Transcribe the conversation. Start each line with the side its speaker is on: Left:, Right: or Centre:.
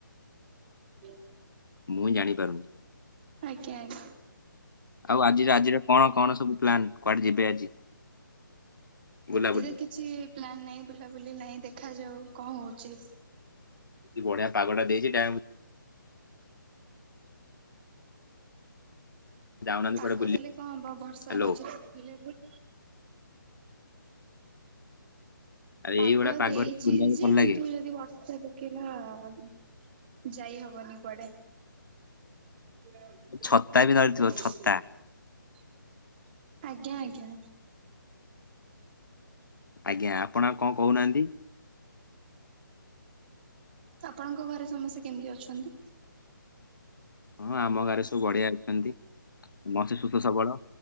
Right: <inaudible>
Left: ମୁଁ ଜାଣିପାରୁନି।
Right: ଆଜ୍ଞା-ଆଜ୍ଞା।
Left: ଆଉ ଆଜିର ଆଜିର କଣ କଣ ସବୁ ପ୍ଲାନ୍ କୁଆଡେ ଯିବେ ଆଜି? ବୁଲାବୁଲି
Right: ଏମିତି ରେ କିଛି ପ୍ଲାନ୍ ନାଇଁ ବୁଲାବୁଲି ନାଇଁ ଦେଖାଯାଉ କଣ ହଉଚି।
Left: ବଢିଆ ପାଗଟା ଦେଇଚି <unintelligible> ଯାଉନାହାନ୍ତି
Right: ପାଗ
Left: କୁଆଡେ ବୁଲି
Right: ଦେଲେ କଣ ହବ ବର୍ଷା
Left: ହ୍ୟାଲୋ
Right: ମଝିରେ ଥିଲେ <unintelligible>
Left: ଆରେ
Right: ପାଗ
Left: ଏଇଭଳିଆ ପାଗରେ
Right: ଦେଇଚି
Left: ବୁଲିବାକୁ
Right: ଯେ
Left: ଭଲ
Right: କିନ୍ତୁ
Left: ଲାଗେ
Right: ଯଦି ବର୍ଷା କି ନାଁ ଯାଇ ହବନି କୁଆଡେ? <unintelligible>
Left: ଛତା ବି ଧରିଥିବ ଛତା
Right: ଆଜ୍ଞା, ଆଜ୍ଞା।
Left: ଆଜ୍ଞା ଆପଣ ଆଉ କଣ କହୁନାହାନ୍ତି?
Right: ଆପଣଙ୍କ ଘରେ ସମସ୍ତେ କେମିତି ଅଛନ୍ତି?
Left: ହଁ ଆମ ଗାଁରେ ସବୁ ବଢ଼ିଆ ଅଛନ୍ତି। ସମସ୍ତେ ସୁସ୍ଥ ସବଳ,